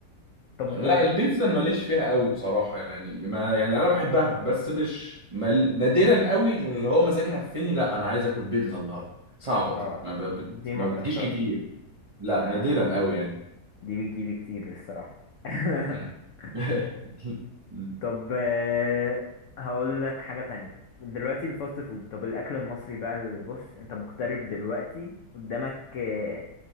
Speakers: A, on the left; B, on the right.
A: طب
B: لا البيتزا انا ماليش فيها قوي بصراحه يعني ما يعني انا بحبها بس مش مال نادرا قوي اللي هو مزاجي هفني لا انا عايز اكل بيتزا النهارده صعبه
A: اه
B: دي ما ب... بت...
A: دي
B: ما
A: ما بتحصلش
B: بتجيش كتير لا
A: لا
B: نادرا
A: انا
B: قوي يعني
A: دي بتجيلي كتير الصراحه <laughs>
B: مم. <laughs>
A: طب آه، هقول لك حاجه تانية دلوقتي الفاست فود طب الاكل المصري بقى اللي بص انت مغترب دلوقتي قدامك آه،